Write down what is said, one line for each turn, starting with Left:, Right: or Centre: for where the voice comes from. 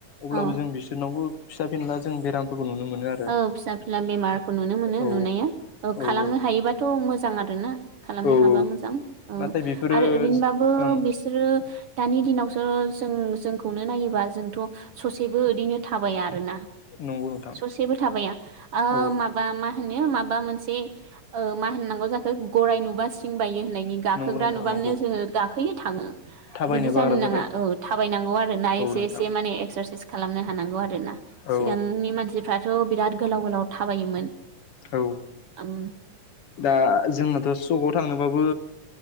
Left: अब्लाबो
Right: औ
Left: जों बिसोरनावबो फिसा फिनला जों बेरामफोरखौ नुनो मोनो आरो।
Right: औ फिसा फिला बेमारखौ नुनो मोनो
Left: औ
Right: नुनाया
Left: औ
Right: खालामनो हायोबाथ' मोजां आरोना। खालामनो
Left: औ
Right: हाबा मोजां ओ
Left: नाथाय बेफोरो
Right: आरो ओरैनोबाबो
Left: ओं
Right: बिसोरो दानि दिनावसो जों जोंखौनो नायोबा जोंथ' ससेबो ओरैनो थाबाया आरोना।
Left: नंगौ नोंथां
Right: ससेबो थाबायाया
Left: औ
Right: माबा मा होनो माबा मोनसे मा होननांगौ जाखो गराइ नुबा सिम बायो होननाय नि गाखोग्रा
Left: नंगौ नोंथां
Right: नुब्लानो
Left: नंगौ
Right: जोङो गाखोयो थाङो।
Left: थाबायनो
Right: बिदि जानो
Left: बाग्रा जाबाय
Right: नाङा औ थाबायनांगौ आरो ना
Left: औ
Right: एसे
Left: नोंथां
Right: एसे माने एक्सारसाइस खालामनो हानांगौ आरो ना।
Left: औ
Right: सिगांनि मानसिफ्राथ' बिराद गोलाव गोलाव थाबायोमोन।
Left: औ
Right: आम
Left: दा जोंनाथ' सकाव थांनोबाबो